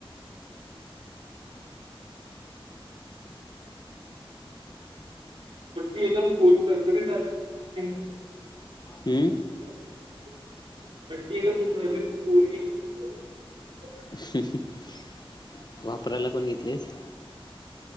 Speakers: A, on the right (about 70°); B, on the left (about 45°).
A: पट्टी एकदम कोरी करकरीत आलती.
B: हम्म
A: पटी एकदम नवीन कोरी <unintelligible>
B: हम्हम्हम वापरायला पण घेतलेस